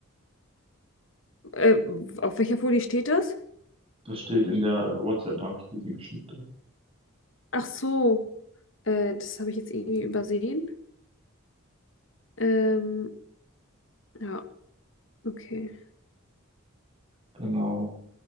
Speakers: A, on the left (about 60°); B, on the right (about 25°).
A: äh, auf welcher Folie steht das?
B: Das steht in der WhatsApp-Nachricht, die sie geschickt hat.
A: Ach so, äh, das habe ich jetzt irgendwie übersehen. Ähm, ja, okay.
B: Genau.